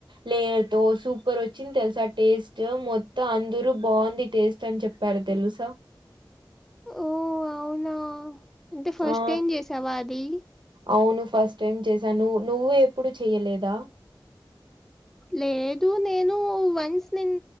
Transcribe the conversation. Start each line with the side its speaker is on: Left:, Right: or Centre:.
Right: లేయర్ తో సూపర్ వచ్చింది తెలుసా టేస్ట్ మొత్తం అందర బాగుంది టేస్ట్ అని చెప్పారు తెలుసా
Centre: ఓ అవునా అంటే ఫస్ట్
Right: ఆ
Centre: ఏం చేసావా అది
Right: అవును ఫస్ట్ టైం చేసాను నువవు నువ్్వవు ఎప్పుడు చెయలేదా
Centre: లేదు నేను వన్స్ న